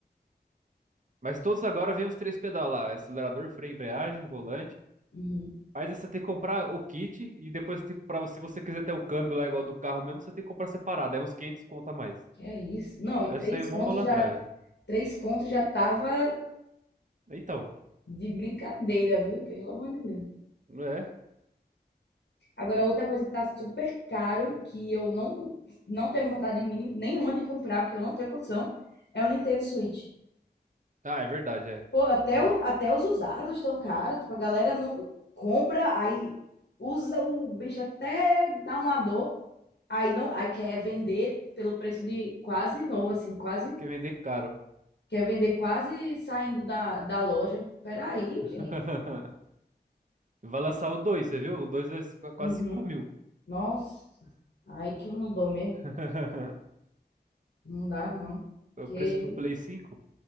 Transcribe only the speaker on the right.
Mas todos agora vem os três pedal lá, acelerador, freio, embreagem, volante.
Aí você tem que comprar o kit e depois tem que comprar, se você quiser ter o câmbio lá igual do carro mesmo, você tem que comprar separado, é uns 500 conta a mais.
Eu
acho isso aí é uma
malandragem.
Então,
é.
Ah, é verdade, é.
Não dá.
Porque vender caro.
<laughs>
Vai lançar o 2 você viu? O 2 vai quase
5 mil.
<laughs>
O
preço do Play cinco